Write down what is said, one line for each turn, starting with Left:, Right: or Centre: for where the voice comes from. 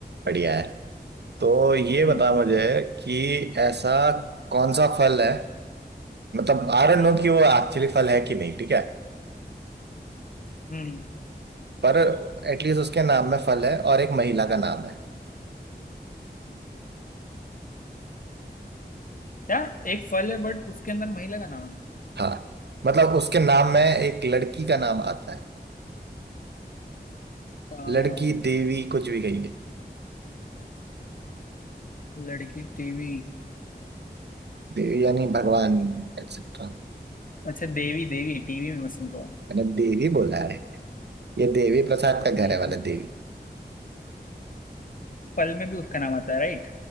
Right: बढ़िया है तो ये
Left: हम्म
Right: बता मुझे कि ऐसा कौन सा फल है मतलब आई डोंट
Left: हम्म
Right: नो कि वो एक्चुअली फल है कि नहीं ठीक है
Left: हम्म
Right: पर एटलीस्ट उसके नाम में फल है और एक महिला का नाम है
Left: क्या एक फल है बट उसके अंदर महिला का नाम है
Right: हाँ मतलब उसके नाम में एक लड़की का नाम आता है
Left: आ,
Right: लड़की देवी कुछ भी कही है
Left: लड़की टीवी
Right: देवी यानी भगवान एक्सेट्रा
Left: अच्छा देवी देवी टीवी में मैं सुन रहा
Right: मैंने देवी बोला है ये देवी प्रसाद
Left: हूँ
Right: का घर है वाला देवी
Left: फल में भी उसका नाम आता है राइट